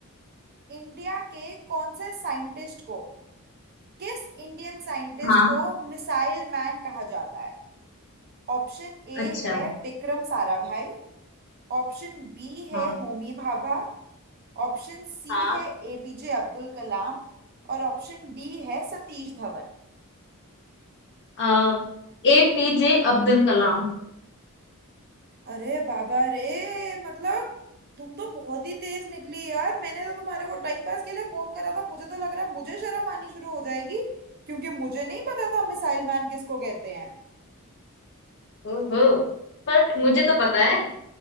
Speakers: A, on the right; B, on the left.
A: इंडिया के कौन से साइंटिस्ट को किस इंडियन साइंटिस्ट
B: हाँ
A: को मिसाइल मैन कहा जाता है ऑप्शन ए
B: अच्छा
A: है विक्रम साराभाई ऑप्शन बी है
B: हाँ
A: होमी भाभा ऑप्शन सी
B: हाँ
A: है एपीजे अब्दुल कलाम और ऑप्शन डी है सतीश धवन
B: आ, ए पी जे अब्दुल कलाम
A: अरे बाबा रे मतलब तुम तो बहुत ही तेज निकली यार मैंने तो तुम्हारे को टाइम पास के लिए फोन करा था मुझे तो लग रहा है मुझे शर्म आनी शुरू हो जाएगी क्योंकि मुझे नहीं पता था मिसाइल मैन किसको कहते हैं
B: ओहो पर मुझे तो पता है